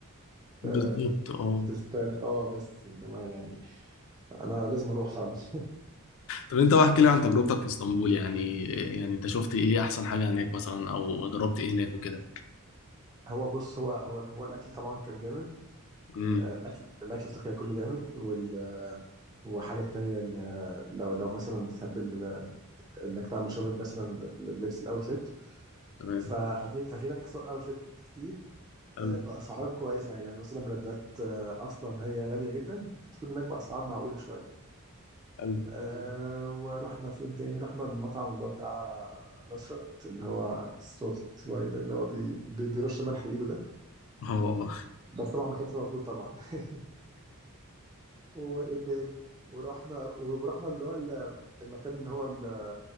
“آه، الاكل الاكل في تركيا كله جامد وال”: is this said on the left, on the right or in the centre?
Right